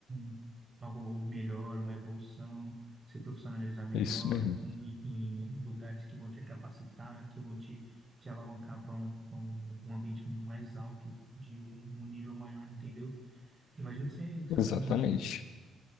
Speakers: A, on the right; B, on the left.
A: um- algo melhor, uma evolução, se profissionalizar melhor,
B: Isso mesmo.
A: com, em lugares que vão te capacitar, que vão te, te alavancar para um, pra um, um ambiente mais alto, de um, um nível maior, entendeu? Imagino que você, que você
B: Exatamente.
A: sabe como que é,